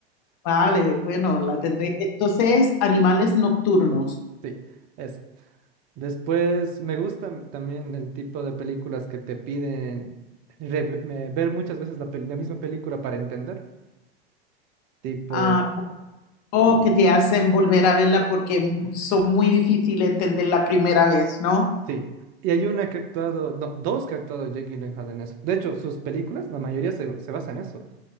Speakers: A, on the left (about 40°); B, on the right (about 30°).
A: vale, bueno, la tendré. Entonces, animales nocturnos.
B: Sí, esa. Después me gusta también el tipo de películas que te piden re- eh, ver muchas veces la, pel- la misma película para entender. Tipo,
A: Ah, o que te hacen volver a verla porque son muy difíciles de entender la primera vez, ¿no?
B: sí. Y hay una que ha actuado, no, dos que ha actuado Jake Gyllenhaal en eso. De hecho, sus películas, la mayoría se, se basa en eso.